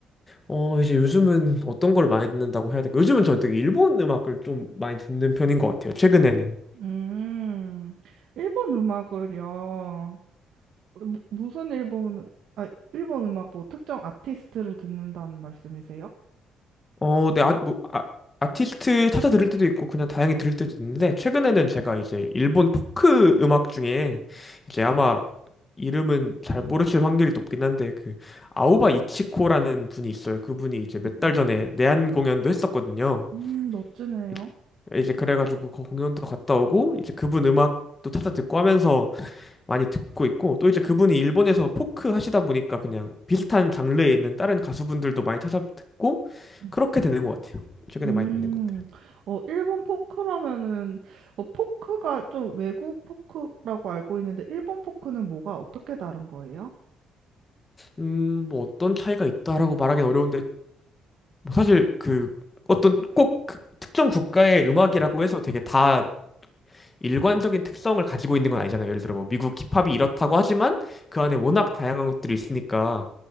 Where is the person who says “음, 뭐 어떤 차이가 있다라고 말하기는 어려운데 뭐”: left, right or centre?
Left